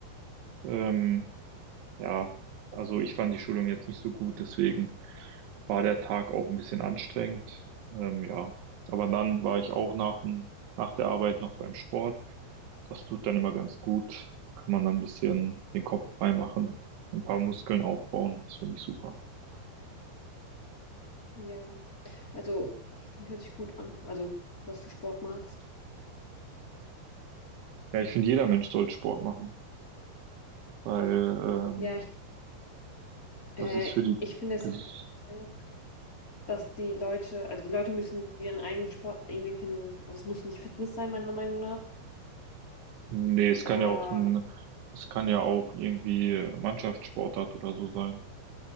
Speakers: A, on the right; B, on the left.
A: Ähm, ja, also ich fand die Schulung jetzt nicht so gut, deswegen war der Tag auch ein bisschen anstrengend. Ähm, ja, aber dann war ich auch nach, dem- nach der Arbeit noch beim Sport. Das tut dann immer ganz gut. Da kann man dann ein bisschen den Kopf frei machen, ein paar Muskeln aufbauen. Das finde ich super.
B: Ja, also hört sich gut an. Also, dass du Sport magst.
A: Ja, ich finde, jeder Mensch sollte Sport machen, weil ähm,
B: Ja, ich,
A: das
B: äh,
A: ist für die.
B: ich finde es
A: Ges
B: sehr schwer, dass die Leute, also die Leute müssen ihren eigenen Sport irgendwie finden. Also es muss nicht Fitness sein, meiner Meinung nach.
A: nee, es kann
B: Äh, ja,
A: ja auch ein, es kann ja auch irgendwie Mannschaftssportart oder so sein.